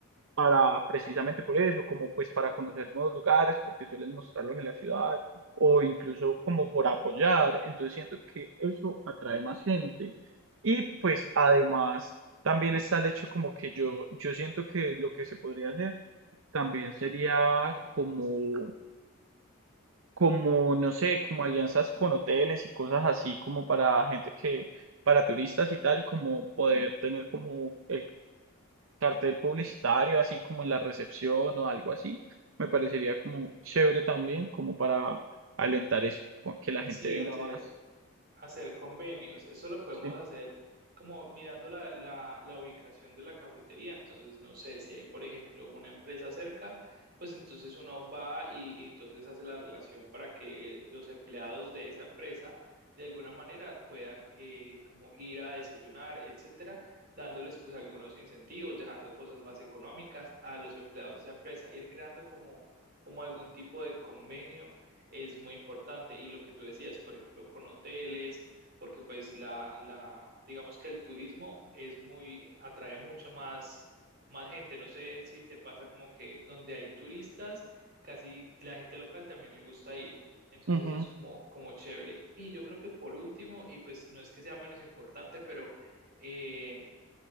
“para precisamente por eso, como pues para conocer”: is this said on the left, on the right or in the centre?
Right